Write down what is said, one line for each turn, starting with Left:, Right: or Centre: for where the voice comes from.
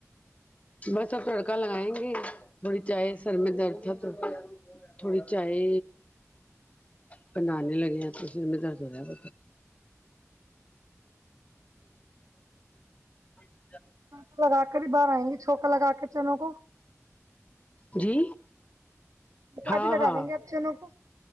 Left: بس اپ تڑکا لگائیں گے تھوڑی چائے سر میں درد تھا تو تھوڑی چائے پن نان نہیں لگیا تو میں درس رہیا ب تو
Right: پکا لگا کر ہی باہر آئیں گی چھوکا لگا کے چینوں کو
Left: جی
Right: کا
Left: ہاں
Right: بھی لگا
Left: ہاں
Right: دیں گے آپ چینوں کو